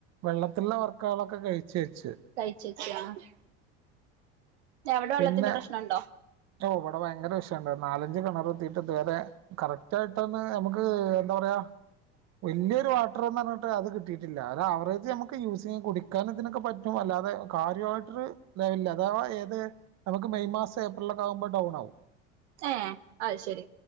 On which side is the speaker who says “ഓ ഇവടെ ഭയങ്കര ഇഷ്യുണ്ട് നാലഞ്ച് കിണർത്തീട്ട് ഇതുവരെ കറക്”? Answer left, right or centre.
Right